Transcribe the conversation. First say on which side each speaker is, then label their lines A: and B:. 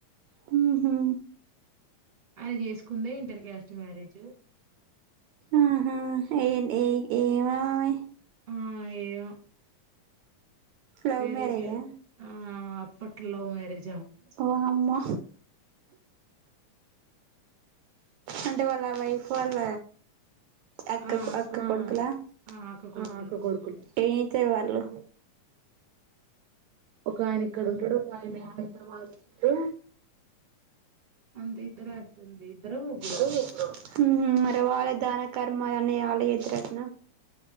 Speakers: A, on the right; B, on the right.
A: హ్మ్ హు
B: అయన చేసుకుందే ఇంటర్ క్యాస్ట్ మ్యారేజ్
A: ఆహా ఏ ఏ ఏ ఏమ నే
B: ఆ అయ్యే
A: లవ్
B: పేలీగే
A: మ్యారేజా
B: ఆ పట్ లవ్ మ్యరేజ్
A: ఓ అమ్మో అంటే వాళ్ళ వైఫ్ వాళ్ళ అక్క
B: ఆ
A: అక్క
B: ఆ కొడుకులు
A: కొడుకులా ఏం ఇచ్చారు వాళ్లు ఒక ఆయన ఇక్కడ ఉంటాడు ఒక ఆయన ఆడికే పోవాలంటడు
B: అంత ఇద్దరే అట్టుంది ఇద్దరో ముగ్గురో
A: హ్మ్ హు మరి వాళ్ళిద్ <unintelligible> కర్మ అనే ఆళ ఎదురుదున్నా